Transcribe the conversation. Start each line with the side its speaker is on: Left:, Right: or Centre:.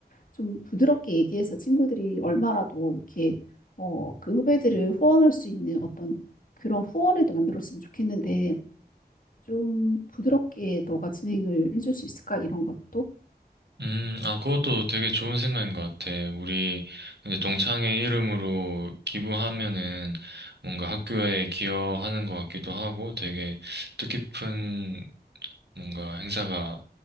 Left: 좀 부드럽게 얘기해서 친구들이 얼마라도 이렇게 어, 그 후배들을 후원할 수 있는 어떤 그런 후원에도 만들었으면 좋겠는데 좀 부드럽게 너가 진행을 해줄 수 있을까? 이런 것도.
Right: 음, 아, 그것도 되게 좋은 생각인 것 같아. 우리 이제 동창회 이름으로 기부하면은 뭔가 학교에 기여하는 것 같기도 하고 되게 뜻깊은 뭔가 행사가